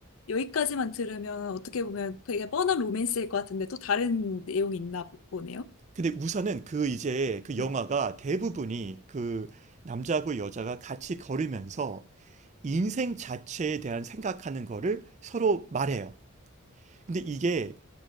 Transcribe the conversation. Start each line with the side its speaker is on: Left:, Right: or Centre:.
Left: 여기까지만 들으면 어떻게 보면 되게 뻔한 로맨스일 것 같은데 또 다른 내용이 있나 보- 보네요.
Right: 근데 우선은 그 이제 그
Left: 네.
Right: 영화가 대부분이 그 남자하고 여자가 같이 걸으면서 인생 자체에 대한 생각하는 거를 서로 말해요. 근데 이게